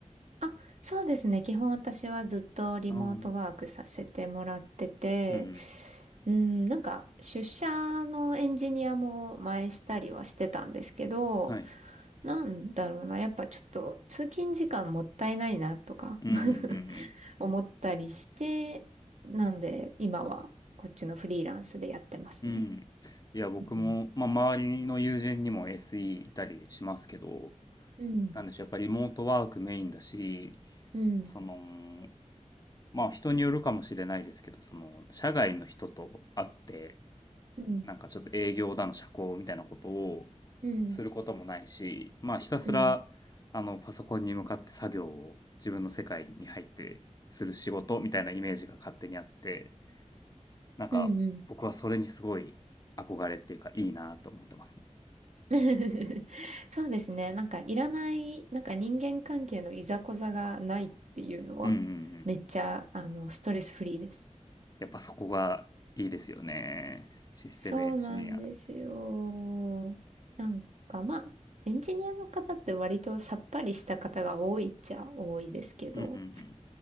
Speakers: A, on the right; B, on the left.
A: あ、そうですね。基本私はずっとリモートワークさせてもらってて、
B: うん。うんうん。
A: うん、なんか出社のエンジニアも前したりはしてたんですけど、
B: はい。
A: なんだろうな、やっぱちょっと通勤時間もったいないなとか
B: うんうんうん
A: <laughs> 思ったりして、なんで今はこっちのフリーランスでやってますね。
B: うん。うん。いや、僕も、
A: うん
B: まあ、周りの友人にも SE いたりしますけど、
A: うん、
B: なんでしょう、やっぱりリモートワークメインだし、
A: うん、
B: その、まあ人によるかもしれないですけど、その、社外の人と会って、
A: うん、
B: なんかちょっと営業だの社交みたいなことを
A: うん、
B: することもないし、まあひたすら、
A: うん、
B: あの、パソコンに向かって作業を自分の世界に入ってする仕事みたいなイメージが勝手にあって、なんか僕はそれにすごい憧れっていうかいいなと思ってますね。
A: うん、うん。<laughs> そうですね。なんかいらない、なんか人間関係のいざこざがないっていうのは、
B: うんうんう
A: めっちゃ、
B: ん。
A: あの、ストレスフリーです。
B: やっぱそこがいいですよね。システムエンジニア。
A: そうなんですよ。なんかまあ、エンジニアの方って割とさっぱりした方が多いっちゃ多いですけど、
B: うんうん